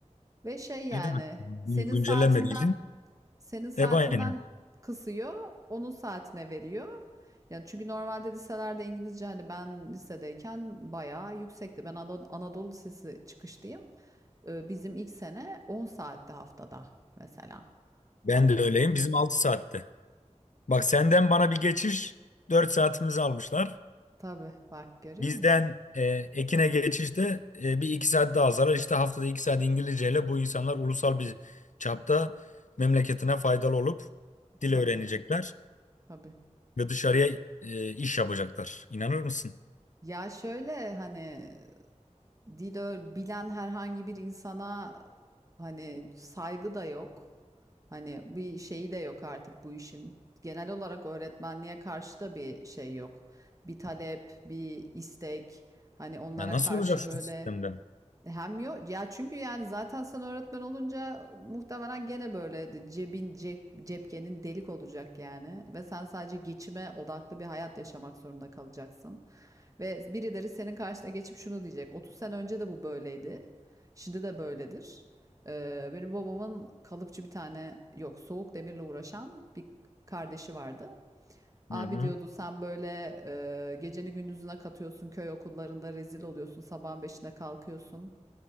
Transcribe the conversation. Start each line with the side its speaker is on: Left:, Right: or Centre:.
Right: Ve şey yani
Left: Ne demek? Gün-
Right: senin
Left: Güncellenmediği
Right: saatinden
Left: için.
Right: Senin saatinden
Left: Hep aynı.
Right: kısıyor, onun saatine veriyor. Yani çünkü normalde liselerde İngilizce hani ben lisedeyken bayağı yüksekti. Ben Ana- Anadolu Lisesi çıkışlıyım. Ee, bizim ilk sene 10 saatte haftada mesela.
Left: Ben
Right: Hani
Left: de öyleyim. Bizim 6 saatte. Bak senden bana bir geçiş 4 saatimizi almışlar.
Right: tabii bak görüyor
Left: Bizden
Right: musun?
Left: e, Ekin'e geçişte e, bir 2 saat daha zarar. İşte haftada 2 saat İngilizceyle bu insanlar ulusal bir çapta memleketine faydalı olup dil
Right: Tabii
Left: öğrenecekler
Right: tabii.
Left: ve dışarıya e, iş yapacaklar. İnanır mısın?
Right: Ya şöyle hani dil öğ- bilen herhangi bir insana hani saygı da yok. Hani bir şeyi de yok artık bu işin. Genel olarak öğretmenliğe karşı da bir şey yok. Bir talep, bir istek. Hani onlara
Left: Ya nasıl
Right: karşı
Left: olacak şu
Right: böyle
Left: sistemden?
Right: hem yok. Ya çünkü yani zaten sen öğretmen olunca muhtemelen gene böyle cebin cep, cepkenin delik olacak yani. Ve sen sadece geçime odaklı bir hayat yaşamak zorunda kalacaksın. Ve birileri senin karşına geçip şunu diyecek. 30 sene önce de bu böyleydi. Şimdi de böyledir. Ee, benim babamın kalıpçı bir tane yok soğuk demirle uğraşan bir kardeşi vardı. Abi
Left: Hı hı.
Right: diyordu sen böyle e, geceni gündüzüne katıyorsun köy okullarında rezil oluyorsun sabahın beşinde kalkıyorsun.